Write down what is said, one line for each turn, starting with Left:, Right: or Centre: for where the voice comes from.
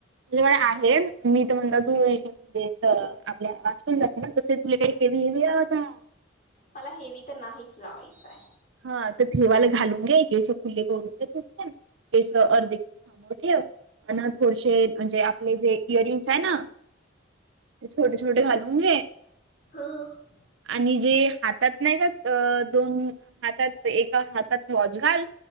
Right: तुझ्याकडे आहे मी तर म्हणत तू ही शक देतं आपल्या वाचकून जाशे तसे तुला काही केवी हे या असं
Left: मला हेवी तर नाहीच लावायचं आहे.
Right: हा तर ठेवाला घालून घे केसं खुले करून घे केसं अर्ध केसं मोठी हवं हा ना थोडशे म्हणजे आपले जे इयरिंग्स आहे ना छोटे छोटे घालून घे.
Left: हा.
Right: आणि जे हातात नाही का अ दोन हातात एका हातात वॉच घाल